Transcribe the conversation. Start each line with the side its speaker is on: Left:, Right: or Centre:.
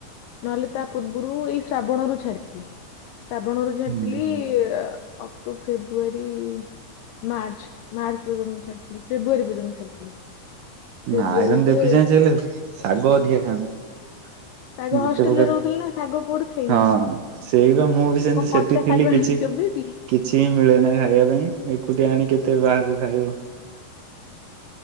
Left: ନହଲେ ତା ପୂର୍ବରୁ ଏଇ ଶ୍ରାବଣରୁ ଛାଡ଼ିଥିଲି। ଶ୍ରାବଣରୁୁ ଛାଡିଥିଲି
Right: ହୁଁ ହୁଁ।
Left: ଅଫ୍ ଟୁ ଫେବୃଆରୀ ମାର୍ଚ୍ଚ ମାର୍ଚ୍ଚ ପର୍ଯ୍ୟନ୍ତ ଛାଡିଥିଲି ଫେବୃୟାରୀ ପର୍ଯ୍ୟନ୍ତ ଛାଡିଥିଲି। ଫେବୃଆରୀରେ
Right: ନା ଆଇରନ୍ ଡେଫିସିଏନ୍ସି ହେଲେ ଶାଗ ଅଧିକା ଖାଆନ୍ତି।
Left: ଶାଗ
Right: ଯେତେ
Left: ହଷ୍ଟେଲରେ
Right: ପ୍ରକାର
Left: ରହୁଥିଲି ନା ଶାଗ କୋଉଠି ଖାଇବି
Right: ହଁ ସେଇବା ମୁଁ ବି ସେମିତି
Left: କଣ
Right: ସେଠି
Left: କଞ୍ଚା
Right: ଥିଲି
Left: ଶାଗ ଆଣିି
Right: କିଛି
Left: ଚୋବେଇବି। <unintelligible>
Right: କିଛି ହିଁ ମିଳେ ନା ଖାଇବା ପାଇଁ ଏକୁଟିଆ ଆଣି କେତେ ବାହାରକୁ ଖାଇବ।